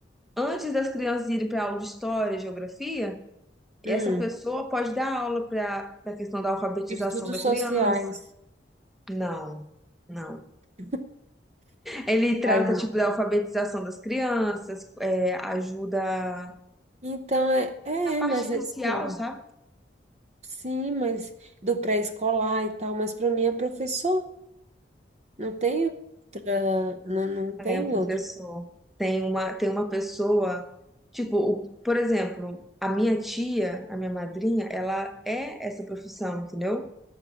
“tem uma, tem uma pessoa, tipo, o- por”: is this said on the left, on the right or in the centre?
Centre